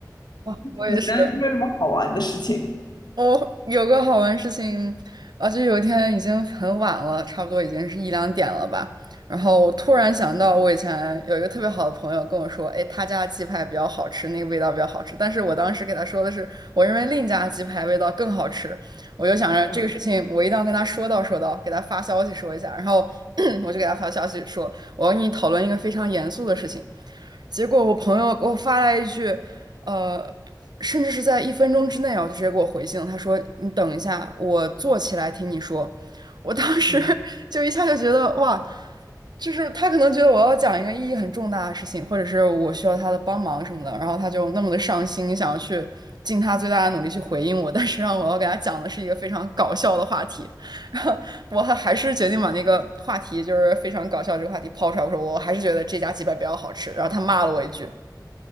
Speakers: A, on the right; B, on the left.
A: 哇，我也是。
B: 你呢？你有什么好玩的事情？
A: 我有个好玩事情，而且有一天已经很晚了，差不多已经是一两点了吧。然后我突然想到，我以前有一个特别好的朋友跟我说，哎，他家的鸡排比较好吃，那个味道比较好吃。但是我当时给他说的是，我认为另一家鸡排味道更好吃。我就想着这个事情，
B: 嗯
A: 我一定要跟他说道说道，给他发消息说一下。然后 <clears throat> 我就给他发消息说，我要跟你讨论一个非常严肃的事情。结果我朋友给我发来一句。呃。甚至是在一分钟之内哦，就直接给我回信了。他说：“你等一下，我坐起来听你说。”我当时
B: 嗯，
A: <laughs> 就一下就觉得哇，就是他可能觉得我要讲一个意义很重大的事情，或者是我需要他的帮忙什么的，然后他就那么的上心，想要去尽他最大的努力去回应我，但是让我要给他讲的是一个非常搞笑的话题，<laughs> 然后我还还是决定把那个话题就是非常搞笑这个话题抛出来，我说我还是觉得这家鸡排比较好吃，然后他骂了我一句。